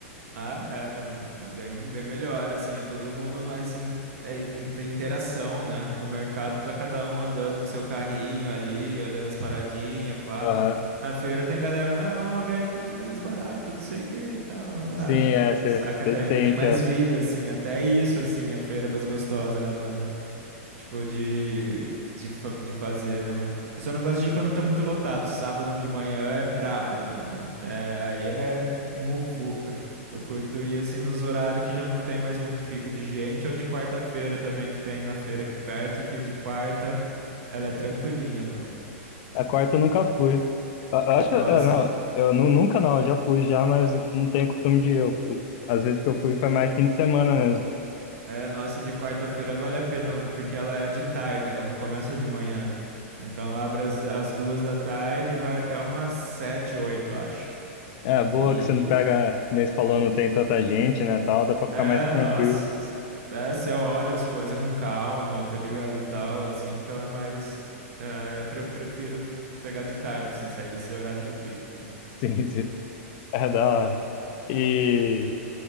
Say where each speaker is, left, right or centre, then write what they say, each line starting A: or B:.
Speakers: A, on the right (about 75°); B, on the left (about 40°).
A: Ah, é, mano. É bem, bem melhor, assim. É todo mundo mais in, é, in- tem interação, né? No mercado tá cada um andando com seu carrinho ali, olhando as paradinhas, pá.
B: Aham.
A: Na feira tem galera, não, ó, vem aqui que tá mais barato, não sei o que e tal. Ah,
B: Sim, é, você
A: saca, tem,
B: sente.
A: tem mais
B: A,
A: vida, assim. Até isso, assim, a feira é mais gostosa, né, mano? Tipo, de, de, fa- de fazer, né, mano? Eu só não gosto de ir quando tá muito lotado. Sábado de manhã é brabo, mano. É, aí é muvuca. Eu curto ir assim nos horários que já não tem mais muito pico de gente, ou de quarta-feira também, que tem na feira aqui perto, que de quarta ela é tranquilinha, mano.
B: a quarta eu nunca fui. Eu, eu acho que.
A: Nossa,
B: é, não, eu nu- nunca não, eu já fui já, mas não tenho costume de ir. Eu, eu- às vezes que eu fui foi mais fim de semana mesmo.
A: é, nossa, de quarta-feira vale a pena, mano, porque ela é de tarde, ela não começa de manhã. Então ela abre às, às duas da tarde e vai até umas sete, oito, acho.
B: É, boa
A: E,
B: que você não pega, que nem você falou, não tem tanta gente, né, tal, dá pra ficar
A: É,
B: mais tranquilo.
A: nossa. É, você olha as coisas com calma, tá ligado? E tal, assim, então é mais. é, eu pre- prefiro pegar de tarde, assim, sair desse horário de pico, mano.
B: <laughs> Sim, sim. É da hora. E,